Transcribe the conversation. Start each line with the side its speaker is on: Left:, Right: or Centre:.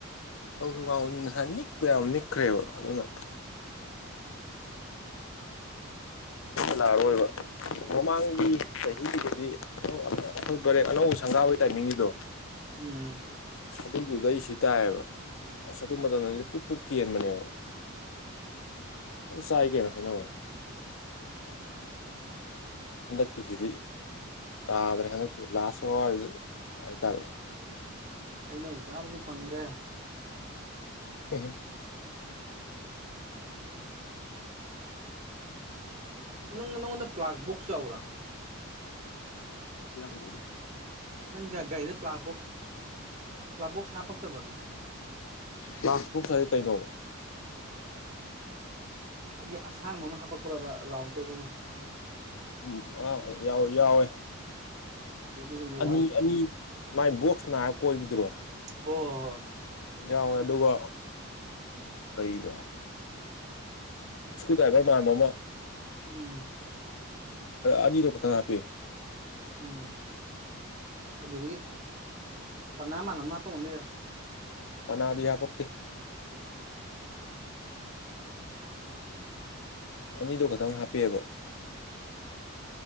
Left: ꯇꯧꯁꯨ ꯀꯥꯡ ꯉꯁꯥꯏ ꯅꯤꯛꯄ ꯌꯥꯝ ꯅꯤꯛꯈ꯭ꯔꯦꯕ ꯑꯗꯨꯅ ꯂꯥꯛꯑꯔꯣꯏꯕ ꯃꯃꯥꯡꯒꯤ ꯆꯍꯤꯗꯨꯗꯗꯤ ꯈꯣꯏ ꯕꯔꯦ ꯑꯅꯧꯕ ꯁꯪꯒꯥꯕꯒꯤ ꯇꯥꯏꯃꯤꯡꯒꯤꯗꯣ
Right: ꯎꯝ
Left: ꯑꯗꯨꯗꯨꯗ ꯑꯩ ꯁꯤ ꯇꯥꯏꯌꯦꯕ ꯑꯁ ꯑꯗꯨ ꯃꯇꯝꯗꯗꯤ ꯄꯨꯛ ꯄꯨꯛ ꯀꯦꯟꯕꯅꯦꯕ ꯆꯥꯏ ꯀꯩꯅꯣ ꯍꯥꯏꯅ ꯋꯥꯅꯦ ꯑꯗ ꯀꯁꯤꯗꯤ ꯇꯥꯗ꯭ꯔꯦ ꯍꯟꯗꯛꯀꯤ ꯂꯥꯁ ꯍꯋꯥꯔꯁꯨ ꯍꯥꯏꯥꯏꯇꯥꯔꯦ
Right: ꯍꯩꯅꯧ ꯆꯥꯕꯁꯨ ꯐꯪꯗ꯭ꯔꯦ
Left: ꯍꯝ
Right: ꯅꯪ ꯅꯪꯉꯣꯟꯗ ꯄ꯭ꯂꯥꯛ ꯕꯣꯛꯁꯁꯨ ꯌꯥꯎꯕ꯭ꯔꯥ
Left: ꯌꯥꯎꯗ ꯑꯗ
Right: ꯅꯪꯒꯥꯏꯗ ꯄ꯭ꯂꯥꯕꯣꯁ ꯄ꯭ꯂꯥꯕꯣꯛꯁ ꯍꯥꯄꯇꯔꯕꯅꯦ
Left: ꯀ꯭ꯂꯥꯁꯕꯨꯛ ꯍꯥꯏꯗꯤ ꯀꯩꯅꯣꯕ
Right: ꯑꯩꯈꯣꯏꯒꯤ ꯑꯁꯥꯡꯕ ꯑꯃ ꯍꯥꯄꯛꯄꯨꯔꯕ ꯔꯥꯎꯟ ꯀꯣꯏꯕ ꯑꯃ
Left: ꯎ ꯑ ꯌꯥꯎ ꯌꯥꯎꯋꯦ
Right: ꯎ ꯃꯗꯝꯗ
Left: ꯑꯅꯤ
Right: ꯋꯥꯏꯒꯤ ꯑꯣꯏꯔꯦ
Left: ꯑꯅꯤ ꯃꯥꯏ ꯕꯣꯛꯁ ꯅꯥꯔꯒ ꯀꯣꯏꯕꯤꯗ꯭ꯔꯣ
Right: ꯍꯣꯏ ꯍꯣꯏ
Left: ꯌꯥꯎꯋꯦ ꯑꯗꯨꯒ ꯀꯔꯤꯕ ꯁꯀ꯭ꯔꯨ ꯗꯥꯏꯕꯔ ꯃꯥꯟꯕꯃ
Right: ꯎꯝ
Left: ꯑꯅꯤꯗ ꯈꯇꯪ ꯍꯥꯄꯦ
Right: ꯎꯝ ꯑꯗꯨꯗꯒꯤ ꯄꯅꯥ ꯃꯅ ꯃꯥꯄꯅꯤꯗ
Left: ꯄꯅꯥꯗꯨ ꯌꯥ ꯄꯣꯛꯇꯦ ꯑꯅꯤꯗꯣ ꯈꯇꯪ ꯍꯥꯞꯄꯑꯕ